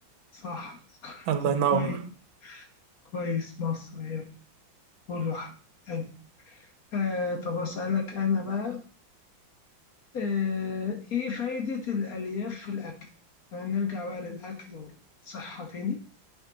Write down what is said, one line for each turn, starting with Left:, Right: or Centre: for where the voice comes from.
Left: صح <laughs>
Right: <laughs> الله
Left: طب
Right: ينور
Left: كويس كويس مصر هي أول واحدة حلو. آه طب أسألك أنا بقى آه إيه فايدة الألياف في الأكل؟ يعني نرجع بقى للأكل والصحة تاني